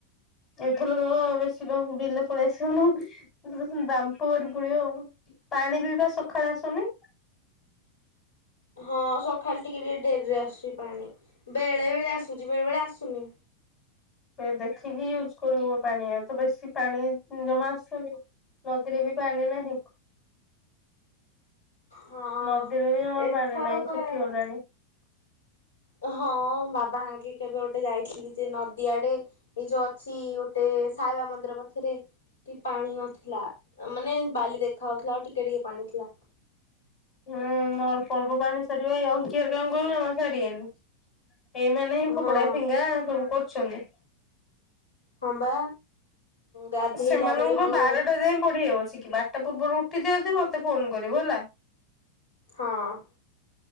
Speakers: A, on the left; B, on the left.
A: ଏଥରକ ରହ୍ ବେଶୀ ତ ହୁଡ଼ିଲେ ପଳେଇ ଆସିବୁନୁ ବାମ୍ପ ବାହାରି ପଳେଇବ। ପାଣି ବି ବା ସଖାଳେ ଆସୁନି।
B: ହଁ ସଖାଳେ ଟିକେ ଟିକେ ଡେରିରେ ଆସୁଛି ପାଣି। ବେଳେ ବେଳେ ଆସୁଛି, ବେଳେ ବେଳେ ଆସୁନି।
A: ଏ ଦେଖିକି ୟୁଜ୍ କରିବୁ ପାଣିଆ, ତ ବେଶି ପାଣି ଜମା ଆସୁନି। ନଦୀରେ ବି ପାଣି ନାହିଁ।
B: ହଁ।
A: ନଦୀରେ ବି ଜମା
B: ଏଥରକ
A: ପାଣି ନାହିଁ, ସୁଖିଗଲାଣି।
B: ହଁ ବାବା ଆଙ୍କି କେବେ ଗୋଟେ ଯାଇ ଖିଲି ଯେ ନଦୀଆଡେ, ଏଇ ଯୋଉ ଅଛି ଗୋଟେ ସାଇବା ମନ୍ଦିର ପାଖରେ। ଟିକେ ପାଣି ନଥିଲା ମାନେ ବାଲି ଦେଖା ହଉଥିଲା ଆଉ ଟିକେ ଟିକେ ପାଣି ଥିଲା
A: ହୁଁ ଅଳ୍ପ ଅଳ୍ପ ପାଣି ସାରିବେ ଏଇ ଅଙ୍କି ଘରିକାଙ୍କୁ କହିବୁ ଜମା ଛାଡେବେନି ଏଇମାନେ ହିଁ ଫୋପଡା
B: ହଁ
A: ଫିଙ୍ଗା ସବୁ କରୁଛନ୍ତି
B: ହଁ ବା ଗାଧେଇଲା
A: ସେମାନଙ୍କୁ
B: ବେଳକୁ
A: ବାରଟା ଯାଏଁ ପଢିହବ ଚିକି ବାରଟା ପୂର୍ବରୁ ଉଠି ଥିବେ ଯଦି ମତେ ଫୋନ କରିବୁ ହେଲା
B: ହଁ